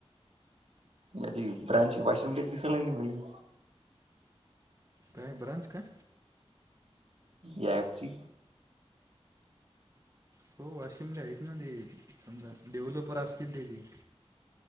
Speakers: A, on the right; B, on the right.
A: त्याची ब्रांच वाशिम लय दिसायला लागली भाई.
B: काय? ब्रांच काय?
A: या ॲपची.
B: हो वाशिम चे आहेत ना ते, समजा डेव्हलपर असतील त्याचेे.